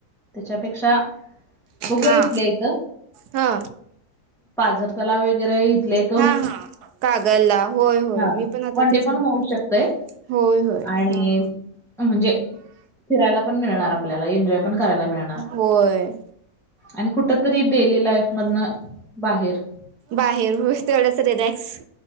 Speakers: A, in the centre; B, on the right.
A: त्याच्यापेक्षा बघूया
B: हा
A: इथल्या इथ
B: हा
A: पाजरतलाव वगैरे इथल्या इथ
B: हा हा कागरला होय, होय
A: हा
B: मी पण आता
A: वन डे
B: तेच
A: पण
B: म्हणणार
A: होऊ
B: होती.
A: शकतंय
B: होय होय
A: आणि
B: हा ह.
A: म्हणजे फिरायला पण मिळणार आपल्याला एन्जॉय पण करायला मिळणार.
B: होय..
A: आणि कुठ तरी डेली लाईफमधनं बाहेर
B: बाहेर हो तेवढच रिलॅक्स